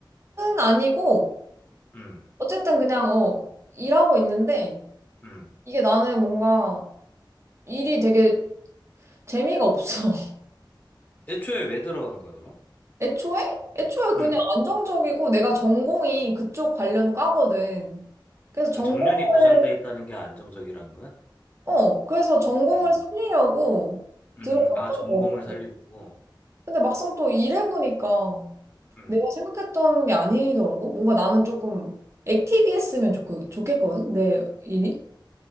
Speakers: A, on the right (about 35°); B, on the left (about 20°).
A: 아니고,
B: 음,
A: 어쨌든 그냥, 어, 일하고 있는데,
B: 음.
A: 이게 나는 뭔가 일이 되게 재미가 없어. <laughs>
B: 애초에 왜 들어간 거야, 그럼?
A: 애초에? 애초에 그냥
B: 음.
A: 안정적이고, 내가 전공이 그쪽 관련 과거든. 그래서 전공을
B: 그러니까 정년이 보장돼 있다는 게 안정적이라는 거야?
A: 어, 그래서 전공을
B: 음.
A: 살리려고
B: 음,
A: 들어갔던
B: 음. 아, 전공을
A: 거고.
B: 살리려고.
A: 근데 막상 또 일해보니까
B: 음.
A: 내가 생각했던 게 아니더라고. 뭔가 나는 조금 액티비했으면 좋, 좋겠거든, 내 일이.